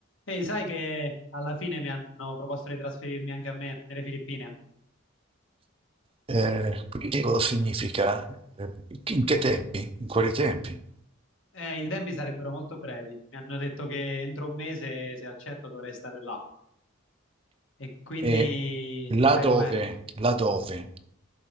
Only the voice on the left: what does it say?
Ehi, sai che alla fine mi hanno proposto di trasferirmi anche a me nelle Filippine.
Eh, i tempi sarebbero molto brevi. Mi hanno detto che entro un mese, se accetto, dovrei stare là. E quindi,
sai
com'è?